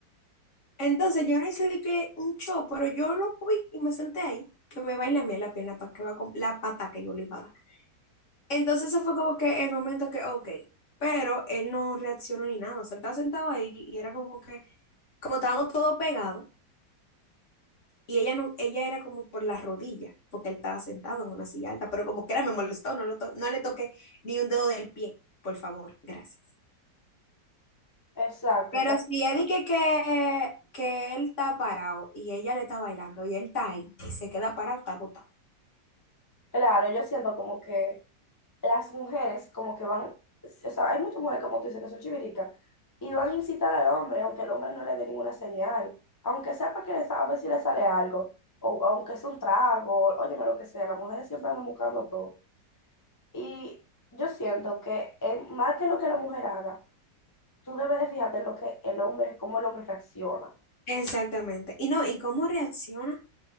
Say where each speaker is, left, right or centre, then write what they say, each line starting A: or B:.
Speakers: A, on the left; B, on the left.
A: Entonces yo no hice de que un show, pero yo lo vi y me senté ahí, que me baila a mí en la pierna para que va con la pata que yo le iba a dar. Entonces eso fue como que el momento que, ok, pero él no reaccionó ni nada, o sea, él estaba sentado ahí y era como que, como estábamos todos pegados, y ella no, ella era como por las rodillas, porque él estaba sentado en una silla alta, pero como que era me molestó, no, lo to- no le toqué ni un dedo del pie, por favor, gracias.
B: Exacto,
A: Pero
B: o sea,
A: si él dice que, que él está parado y ella le está bailando y él está ahí y se queda parado, está botado.
B: claro, yo siento como que las mujeres como que van, o sea, hay muchas mujeres como tú dices que son chiviricas y van a incitar al hombre, aunque el hombre no le dé ninguna señal, aunque sepa que le sa- a ver si le sale algo, o aunque sea un trago, óyeme lo que sea, las mujeres siempre andan buscando todo. Y yo siento que eh, más que lo que la mujer haga, tú debes de fijarte en lo que el hombre, cómo el hombre reacciona.
A: Exactamente. Y no, ¿y cómo reacciona